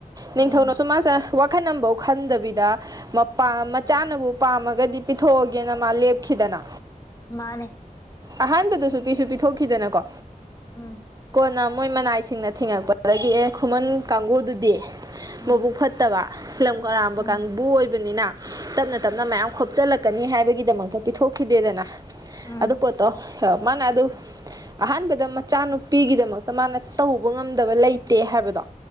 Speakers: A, on the right; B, on the left.
A: ꯅꯤꯡꯊꯧꯅꯁꯨ
B: ꯎꯝ
A: ꯃꯥꯁꯦ ꯋꯥꯛ ꯑꯈꯟꯅꯐꯧ ꯈꯟꯗꯕꯤꯗ ꯃꯄꯥ ꯃꯆꯥꯅꯕꯨ ꯄꯥꯝꯃꯒꯗꯤ ꯄꯤꯊꯣꯛꯑꯒꯦꯅ ꯃꯥ ꯂꯦꯞꯈꯤꯗꯅ
B: ꯃꯥꯅꯦ
A: ꯑꯍꯥꯟꯕꯗꯁꯨ ꯄꯤꯁꯨ ꯄꯤꯊꯣꯛꯈꯤꯗꯅꯀꯣ
B: ꯎꯝ
A: ꯅ ꯃꯣꯏ ꯃꯅꯥꯏꯁꯤꯡꯅ ꯊꯦꯡꯉꯛꯄꯗꯒꯤ ꯑꯦ ꯈꯨꯃꯟ ꯀꯥꯡꯕꯨꯗꯨꯗꯤ
B: ꯎꯝ
A: ꯃꯕꯨꯛ ꯐꯠꯇꯕ ꯂꯝ ꯀꯔꯥꯝꯕ
B: ꯎꯝ
A: ꯀꯥꯡꯕꯨ ꯑꯣꯏꯕꯅꯤꯅ ꯇꯅ ꯇꯞꯅ ꯃꯌꯥꯝ ꯈꯣꯞꯆꯜꯂꯛꯀꯅꯤ ꯍꯥꯏꯕꯒꯤꯗꯃꯛꯇ ꯄꯤꯊꯣꯛꯈꯤꯗꯦꯗꯅ
B: ꯎꯝ
A: ꯑꯗꯨ
B: ꯎꯝ
A: ꯄꯣꯠꯇꯣ ꯍ ꯃꯥꯅ ꯑꯗꯨ ꯑꯍꯥꯟꯕꯗ ꯃꯆꯥꯅꯨꯄꯤꯒꯤꯗꯃꯛꯇ ꯃꯥꯅ ꯇꯧꯕ ꯉꯝꯗꯕ ꯂꯩꯇꯦ ꯍꯥꯏꯕꯗꯣ